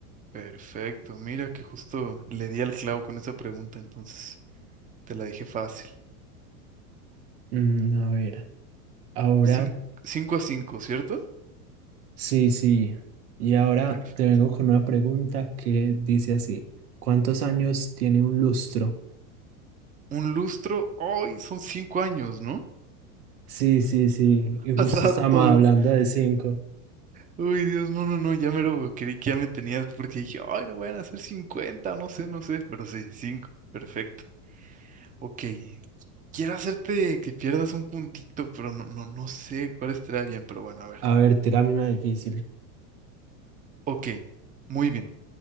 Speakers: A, on the right (about 20°); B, on the right (about 80°).
A: Perfecto, mira que justo le di al clavo con esa pregunta, entonces te la dejé fácil.
B: Mm, a ver, ahora...
A: Cin- 5 a 5, ¿cierto?
B: Sí, sí. Y ahora
A: Perfecto.
B: te vengo con una pregunta que dice así, ¿cuántos años tiene un lustro?
A: Un lustro, hoy son 5 años, ¿no?
B: Sí, sí, sí.
A: <laughs>
B: Y justo
A: Pasato,
B: estamos hablando
A: Dios.
B: de cinco.
A: Uy, Dios, no, no, no, ya me lo creí que ya me tenías porque dije, ay, no van a ser 50, no sé, no sé, pero sí, 5, perfecto. Ok, quiero hacerte que pierdas un puntito, pero no, no, no sé cuál estará bien, pero bueno, a ver.
B: A ver, tírame una difícil.
A: Ok, muy bien.